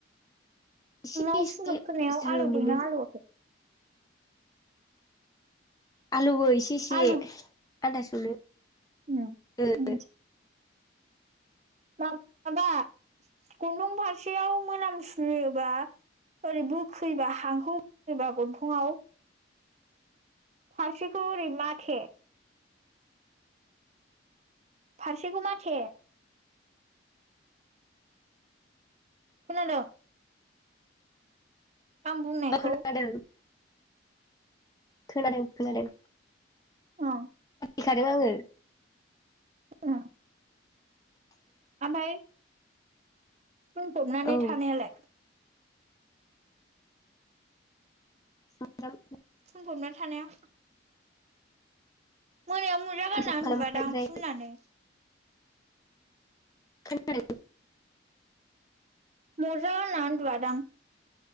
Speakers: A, on the left; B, on the right.
A: एसे
B: नोंनाव‌
A: एसे
B: सुलुखोनायाव
A: ज्रो
B: आलौदोंना
A: मोनो
B: आलौवाखै?
A: आलौ ओ इसे इसे
B: आलौ
A: । आनदास मोनो ।
B: उम,
A: ए
B: उम,
A: <inaudible>
B: माबा गन्थं फारसेयाव मोनामसुयोबा ओरै बोखोयोबा हांखौ <unintelligible> बा गन्थङाव फारसेखौ एरै माथे फारसेखौ माथे । खोनादों। आं बुंनायखौ
A: औ‌ खोनादों। खोनादों-खोनादों।
B: अ।
A: खोनाखादों आङो।
B: ओं ओमफ्राय। फुंक्रुबनानै
A: औ
B: थानायालाय।
A: सद <unintelligible>
B: फुंखरुबना थानाया। मोनायाव मुजा गानना
A: गुदुं
B: उन्दुबायदां
A: खालामबाय ओमफ्राय
B: फुननानै।
A: खोन <inaudible>
B: मजा गानना उन्दुआदां।